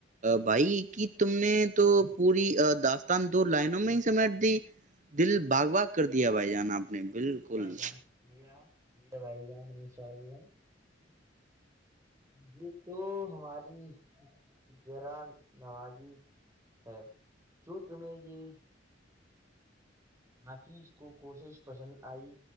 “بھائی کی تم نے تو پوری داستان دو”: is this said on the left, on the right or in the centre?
Right